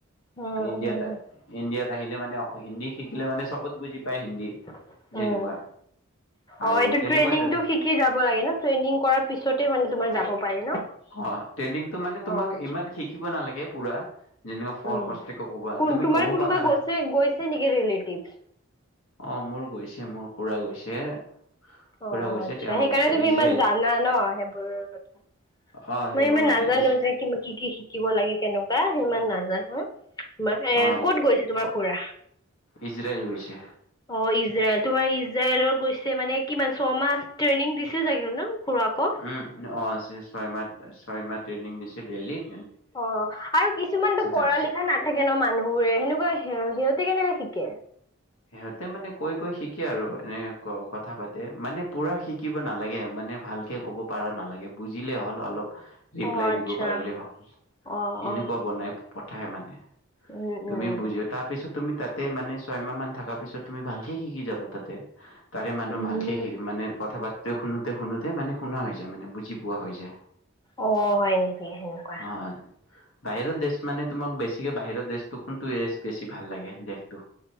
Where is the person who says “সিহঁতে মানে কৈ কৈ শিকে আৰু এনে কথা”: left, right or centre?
Left